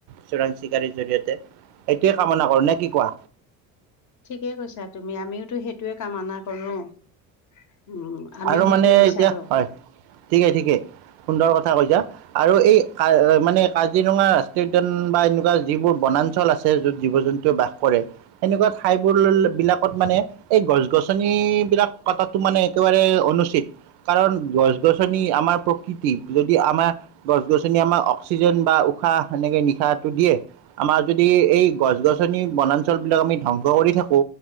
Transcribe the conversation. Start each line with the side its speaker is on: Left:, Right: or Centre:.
Right: চোৰাং চিকাৰীৰ জৰিয়তে। সেইটোৱে কামনা কৰো নে কি কোৱা?
Left: ঠিকেই কৈছা তুমি আমিওতো সেইটোয়ে কামনা কৰো। উম আমিও
Right: আৰু
Left: সেইটোৱে
Right: মানে
Left: বিচাৰো
Right: এতিয়া, হয় ঠিকেই ঠিকে সুন্দৰ কথা কৈছা। আৰু এই মানে কাজিৰঙা ৰাষ্ট্ৰীয় উদ্যান বা এনেকুৱা যিবোৰ বনাঞ্চল আছে য'ত জী জীৱ-জন্তু বাস কৰে সেনেকুৱা ঠাইবোৰবিলাকত মানে এই গছ-গছনিবিলাক কাটাটো মানে একেবাৰে অনুচিত কাৰণ গছ-গছনি আমাৰ কিতিব যদি আমাৰ গছ গছনি আমাক অক্সিজেন বা উশাহ সেনেকে নিশাহটো দিয়ে। আমাৰ যদি এই গছ-গছনি বনাঞ্চলবিলাক আমি ধ্বং স কৰি থাকো,